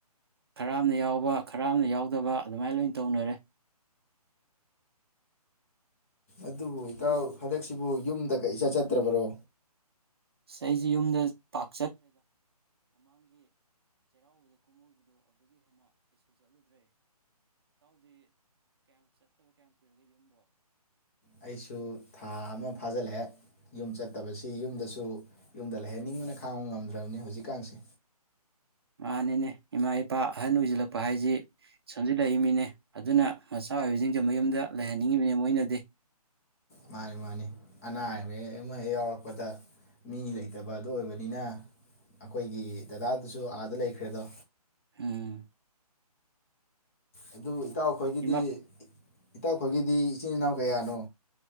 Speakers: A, on the right; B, on the left.
A: ꯈꯔ ꯑꯃꯅ ꯌꯥꯎꯕ ꯈꯔ ꯑꯃꯅ ꯌꯥꯎꯗꯕ ꯑꯗꯨꯃꯥꯏꯅ ꯂꯣꯏꯅ ꯇꯧꯅꯔꯦ
B: ꯑꯗꯨꯕꯨ ꯏꯇꯥꯎ ꯍꯟꯗꯛꯁꯤꯕꯨ ꯌꯨꯝꯗꯒ ꯏꯆꯠ ꯆꯠꯇ꯭ꯔꯕꯔꯣ
A: ꯑꯁ ꯑꯩꯁꯦ ꯌꯨꯝꯗ ꯄꯥꯛ
B: ꯑꯩꯁꯨ ꯊꯥ ꯑꯃ ꯐꯥꯖꯤꯜꯂꯛꯑꯦ ꯌꯨꯝ ꯆꯠꯇꯕꯁꯤ ꯌꯨꯝꯗꯁꯨ ꯌꯨꯝꯗ ꯂꯩꯍꯟꯅꯤꯡꯕꯅ ꯈꯥꯡꯕ ꯉꯝꯗ꯭ꯔꯕꯅꯤ ꯍꯧꯖꯤꯛꯀꯥꯟꯁꯦ
A: ꯃꯥꯅꯤꯅꯦ ꯏꯃꯥ ꯏꯄꯥ ꯑꯍꯟ ꯑꯣꯏꯁꯤꯜꯂꯛꯄ ꯍꯥꯏꯁꯤ ꯁꯣꯟꯖꯤꯜꯂꯛꯏꯃꯤꯅꯦ ꯑꯗꯨꯅ ꯃꯆꯥ ꯑꯣꯏꯕꯁꯤꯡꯁꯦ ꯃꯌꯨꯝꯗ ꯂꯩꯍꯟꯅꯤꯡꯉꯤꯕꯅꯦ ꯃꯣꯏꯅꯗꯤ
B: ꯃꯥꯅꯤ ꯃꯥꯅꯤ ꯑꯅꯥ ꯑꯌꯦꯛ ꯍꯦꯛ ꯑꯃ ꯍꯦꯛ ꯌꯥꯎꯔꯛꯄꯗ ꯃꯤ ꯂꯩꯇꯕ ꯑꯗꯣ ꯑꯣꯏꯕꯅꯤꯅ ꯑꯩꯈꯣꯏꯒꯤ ꯗꯗꯥꯗꯨꯁꯨ ꯑꯥꯗ ꯂꯩꯈ꯭ꯔꯦꯗꯣ
A: ꯍꯝ
B: ꯑꯗꯨꯕꯨ ꯏꯇꯥꯎꯈꯣꯏꯒꯤꯗꯤ
A: ꯏꯃꯥ
B: ꯏ ꯏꯇꯥꯎꯈꯣꯏꯒꯤꯗꯤ ꯏꯆꯤꯟ ꯏꯅꯥꯎ ꯀꯌꯥꯅꯣ